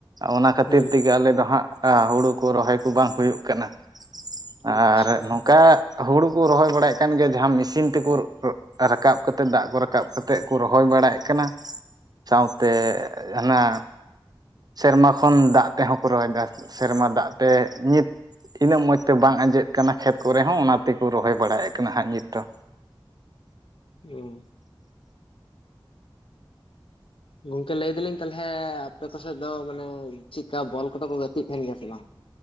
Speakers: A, on the right (about 45°); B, on the left (about 80°).
A: ᱚᱱᱟ ᱠᱷᱟᱹᱛᱤᱨ
B: ᱦᱮᱸ
A: ᱛᱮᱜᱮ ᱟᱞᱮ ᱫᱚ ᱦᱟᱸᱜ ᱟ ᱦᱩᱲᱩ ᱠᱚ ᱨᱚᱦᱚᱭ ᱠᱚ ᱵᱟᱝ ᱦᱩᱭᱩᱜ ᱠᱟᱱᱟ, ᱟᱨ
B: ᱟᱪᱪᱷᱟ
A: ᱱᱚᱝ ᱠᱟᱜ ᱦᱩᱲᱩ ᱠᱩ ᱨᱚᱦᱚᱭ ᱵᱟᱲᱟᱭᱮᱜ ᱠᱟᱱ ᱜᱮᱭᱟ, ᱡᱟᱦᱟᱸ ᱢᱮᱥᱤᱱ ᱛᱮᱠᱩ ᱨᱟᱠᱟᱵ ᱠᱟᱛᱮᱜ ᱫᱟᱜ ᱠᱚ ᱨᱟᱠᱟᱵ ᱠᱟᱛᱮᱜ ᱠᱚ ᱨᱚᱦᱚᱭ ᱵᱟᱲᱟᱭᱮᱜ ᱠᱟᱱᱟ ᱥᱟᱶᱛᱮ ᱦᱟᱱᱟ ᱥᱮᱨᱢᱟ ᱠᱷᱚᱱ ᱫᱟᱜ ᱛᱮᱦᱚᱸ ᱠᱚ ᱨᱚᱦᱚᱭ ᱫᱟ, ᱥᱮᱨᱢᱟ ᱫᱟᱜ ᱛᱮ ᱱᱤᱛ ᱤᱱᱟᱹᱜ ᱢᱚᱸᱡ ᱛᱮ ᱵᱟᱝ ᱟᱸᱡᱮᱫ ᱠᱟᱱᱟ ᱠᱷᱮᱛ ᱠᱚᱨᱮ ᱦᱚᱸ ᱚᱱᱟ ᱛᱮᱠᱚ ᱨᱚᱦᱚᱭ ᱵᱟᱲᱟᱭᱮᱜ ᱠᱟᱱᱟ ᱦᱟᱸᱜ ᱱᱤᱛ ᱫᱚ᱾
B: ᱩᱸ᱾ ᱜᱚᱝᱠᱮ ᱞᱟᱹᱭ ᱫᱟᱹᱞᱤᱧ ᱛᱟᱦᱚᱞᱮ ᱟᱯᱮ ᱠᱚᱥᱮᱫ ᱫᱚ ᱢᱟᱱᱮ ᱪᱤᱜᱠᱟ ᱵᱚᱞ ᱠᱚᱫᱚ ᱠᱚ ᱜᱟᱛᱤᱜ ᱛᱟᱦᱮᱱ ᱜᱮᱭᱟ ᱥᱮ ᱵᱟᱝ?